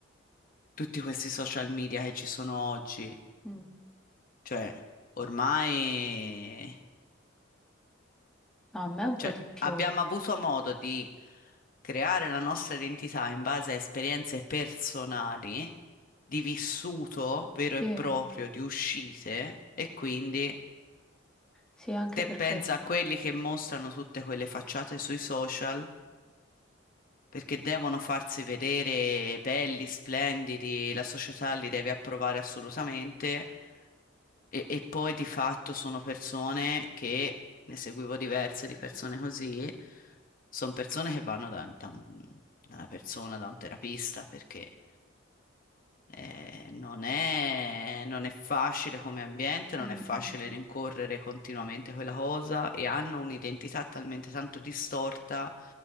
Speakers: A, on the left (about 45°); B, in the centre.
A: tutti questi social media che ci sono oggi.
B: Mm.
A: Cioè, ormai
B: No, a me un
A: Cioè,
B: po' di più.
A: abbiamo avuto modo di creare la nostra identità in base a esperienze personali, di vissuto vero e
B: Sì.
A: proprio, di uscite, e quindi
B: Sì, anche
A: te
B: perché,
A: pensa a quelli che mostrano tutte quelle facciate sui social perché devono farsi vedere belli, splendidi, la società li deve approvare assolutamente. E, e poi di fatto sono persone che, ne seguivo diverse di persone così, sono persone che vanno da, da un- da una persona, da un terapista, perché eh, non è, non è facile come ambiente, non
B: mm,
A: è facile
B: mm.
A: rincorrere continuamente quella cosa e hanno un'identità talmente tanto distorta